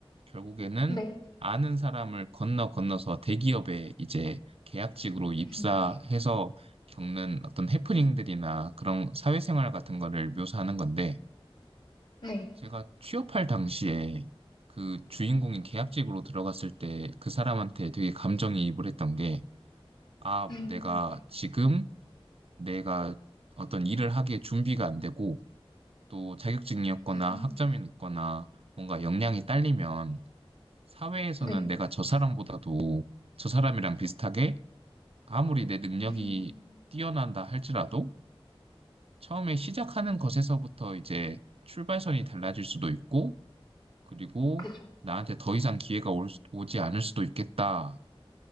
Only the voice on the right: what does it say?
결국에는
아는 사람을 건너 건너서 대기업에 이제 계약직으로 입사해서
겪는 어떤 해프닝들이나 그런 사회생활 같은 거를 묘사하는 건데
제가 취업할 당시에 그 주인공이 계약직으로 들어갔을 때 그 사람한테 되게 감정이입을 했던 게 아,
내가 지금 내가 어떤 일을 하기에 준비가 안 되고 또 자격증이 없거나
학점이 높거나 뭔가 역량이 딸리면 사회에서는
내가 저 사람보다도 저 사람이랑 비슷하게 아무리 내 능력이
뛰어난다 할지라도 처음에 시작하는
것에서부터 이제 출발선이 달라질 수도 있고 그리고
나한테 더 이상 기회가 올 수- 오지 않을 수도 있겠다라는